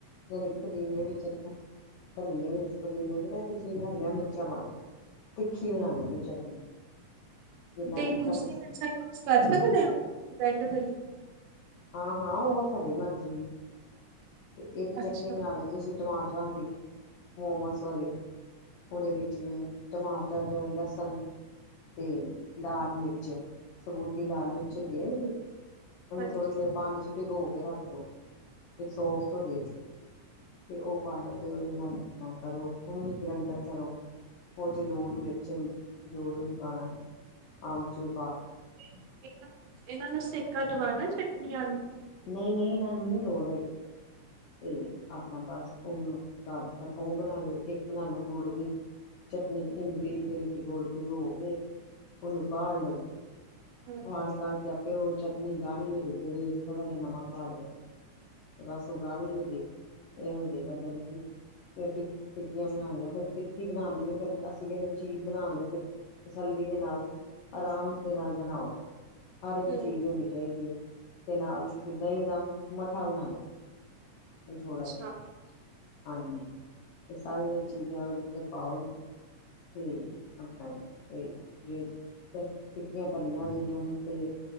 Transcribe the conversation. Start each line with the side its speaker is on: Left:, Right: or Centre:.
Left: ਯਾਨੀ ਕਿ ਪੁਦੀਨੇ ਵਿੱਚ। ਧਨੀਏ ਵਿੱਚ ਪੁਦੀਨੇ ਚ ਨਾ ਤੁਸੀਂ ਹਰੀਆਂ ਮਿਰ ਚਾਂ ਪਾਉਨੀਆਂ ਤਿੱਖੀ ਬਣਾਨੀ ਜੇ ਉਹ ਚਟਨੀ। ਜਿੰਨਾ
Right: ਤੇ
Left: ਤਿੱਖਾ
Right: ਦੂਸਰੀ
Left: ਤੁਸੀਂ
Right: ਮਿਰਚਾਂ ਯੂਜ਼ ਕਰ ਸਕਦੇ ਆਂ। ਰੈੱਡ ਵਾਲੀ
Left: ਹਾਂ-ਹਾਂ ਉਹ ਤੁਹਾਡੀ ਮਰਜੀ। ਤੇ ਇੱਕ ਚਟਨੀ
Right: ਅੱਛਾ
Left: ਬਣਾਨੀ ਤੁਸੀ। ਟਮਾਟਰਾਂ ਦੀ ਮੋਮੋਸ ਵਾਲੀ ਉਹਦੇ ਵਿੱਚ ਵੀ ਟਮਾਟਰ ਲਹਸੁਨ ਤੇ ਲਾਲ ਮਿਰਚ ਸਬੂਤੀ ਲਾਲ ਮਿਰਚ ਹੁੰਦੀ ਹੈ
Right: ਹਾਂਜੀ
Left: ਥੋੜ੍ਹੀ ਦੇਰ ਪਾਣੀ ਇਚ ਭਿਗੋ ਤੇ ਰੱਖ ਲਓ ਤੇ ਸੋਫਟ ਹੋ ਜਾਏਗੀ ਤੇ ਉਹ ਪਾਲਓ ਫੇਰ ਉਹਦੇ ਨਾਲ ਆਪਨਾ ਕਰੋ ਉਹਨੂੰ ਵੀ ਗਰੈਂਡਰ ਕਰੋ ਉਹ ਚ ਲੂਣ ਮਿਰਚ ਜੋ ਜੋ ਵੀ ਪਾਓਣਾ ਅਮਚੂਰ
Right: ਤੇ ਇਹਨਾਂ ਨੂੰ ਇਹਨਾਂ ਨੂੰ ਸੇਕਾ ਦਵਾਨਾ ਫੇਰ। <unintelligible>
Left: ਨਹੀਂ-ਨਹੀਂ ਇਹਨਾਂ ਨੂੰ ਨੀ ਲੋੜ ਹੈਗੀ। ਤੇ ਆਪਣਾ ਬਸ ਵੀ ਬਣਾ ਲਿਓ ਇੱਕ ਬਣਾ ਲਓ ਗੁੜ ਦੀ ਚਟਨੀ ਇਮਲੀ ਦੇ ਵਿੱਚ ਗੁੜ ਭਿਗੋ ਕੇ ਉਹਨੂੰ ਕਾਡ ਲਵੋ। <inaudible>
Right: ਹਮ
Left: ਤੇ ਓਹ ਚਟਣੀ ਗਾੜੀ ਹੋ ਜਾਏਗੀ ਇਸ੍ ਵਿੱਚ ਥੋੜਾ ਜਿਹਾ ਨਮਕ ਪਾ ਦਿਓ ਤੇ ਬਸ। ਗਾੜੀ ਹੋ ਜਾਏਗੀ। ਇਹ ਹੋ ਜਾਏਗਾ ਜਿਹਨੇਂ ਚਿਰ ਓਹ ਟਿਕ ਟਿੱਕੀਆਂ ਬਣਾਣ ਵਾਲਾ ਫੇਰ ਟਿੱਕੀ ਬਣਾਨੀ ਏ ਫੇਰ ਅਸੀ ਪਹਿਲੇ ਚੀਜ ਬਣਾਉਣ ਲੱਗੋ ਤਸੱਲੀ ਦੇ ਨਾਲ ਆਰਾਮ ਦੇ ਨਾਲ ਬਣਾਓ। ਹਰ ਇੱਕ
Right: ਹਮ
Left: ਚੀਜ ਹੋਣੀ ਚਾਹੀਦੀ ਏ। ਤੇ ਨਾਲ ਮਠਾ ਬਣਾ ਲੋ। ਇਹ
Right: ਅੱਛਾ
Left: ਥੋੜਾ ਆ ਹਾਂਜੀ। ਇਹ ਸਾਰੀਆਂ ਚੀਜਾਂ ਓਹਦੇ ਉੱਤੇ ਪਾਓ ਤੇ ਆਪਣਾ ਕੋਈ ਜੇ ਤਾਂ ਟਿੱਕੀਆਂ ਤਲੀਆਂ ਗਈਆਂ ਓਹਦੇ ਉਤੇ।